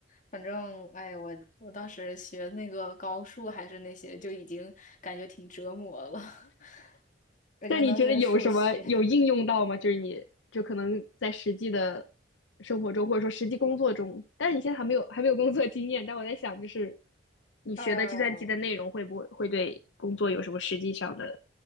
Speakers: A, on the left (about 40°); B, on the left (about 75°).
A: 反正哎，我我当时学那个高数还是那些，就已经感觉挺折磨了。<laughs> 我觉得能学数学，
B: 那你觉得有什么有应用到吗？就是你就可能在实际的生活中，或者说实际工作中，但是你现在还没有还没有工作经验，但我在想，就是你学的计算机的内容会不会会对工作有什么实际上的
A: <laughs> 呃，